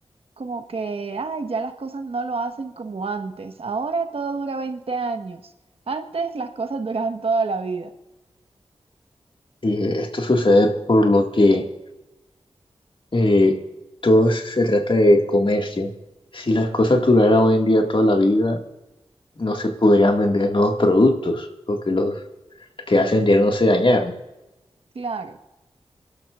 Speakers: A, on the right (about 65°); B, on the left (about 50°).
A: como que, ay, ya las cosas no lo hacen como antes, ahora todo dura 20 años, antes las cosas duraban toda la vida,
B: Sí, esto sucede por lo que eh, todo se trata de comercio. Si las cosas duraran hoy en día toda la vida, no se podrían vender nuevos productos, porque los que hace vendieron no se dañaron.
A: claro,